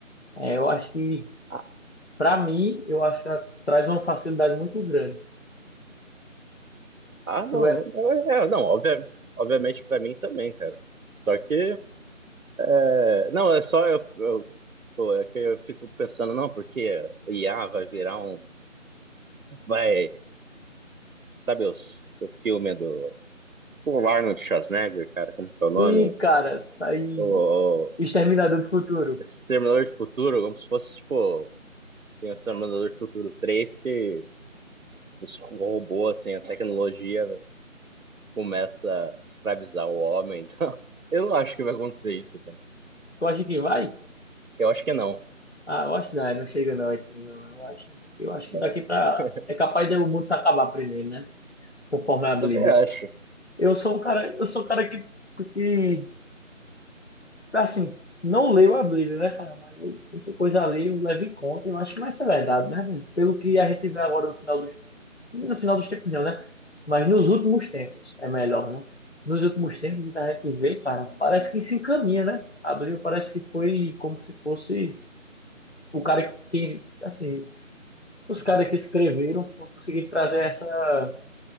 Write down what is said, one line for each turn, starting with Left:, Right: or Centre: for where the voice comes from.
Left: É, eu acho que,
Right: Ah,
Left: para mim, eu acho que ela traz uma facilidade muito grande.
Right: ah, não.
Left: Eu é,
Right: É, é, não, obvia- obviamente pra mim também, cara. Só que. É, não, é só eu, eu, pô, é que eu fico pensando, não, porque o IA vai virar um. Vai. Sabe os, o filme do. O Arnold Schwarzenegger, cara, como que é o nome?
Left: se, cara, sair
Right: O, o
Left: o Exterminador do Futuro,
Right: Exterminador de Futuro, como se fosse, tipo. Tem o Exterminador de Futuro 3 que os robôs, assim, a tecnologia começa a escravizar o homem. <laughs> Então, eu não acho que vai acontecer isso, cara.
Left: tu acha que vai?
Right: Eu acho que não.
Left: Ah, eu acho que não, é, não chega não a esse nível, não, eu acho. não. Eu acho
Right: né?
Left: que daqui pra.
Right: <laughs>
Left: É capaz de o mundo se acabar primeiro, né? Conforme a Bíblia.
Right: Também acho.
Left: Eu sou um cara, eu sou um cara que, que assim, não leio a Bíblia, né, cara? Mas eu- muita coisa ali eu levo em conta, eu acho que vai ser verdade, né? velho? Pelo que a gente vê agora no final dos. No final dos tempos não, né? Mas nos últimos tempos é melhor, né? Nos últimos tempos que a gente vê, cara, parece que se encaminha, né? A Bíblia parece que foi como se fosse o cara que, assim. os caras que escreveram não conseguiram trazer essa,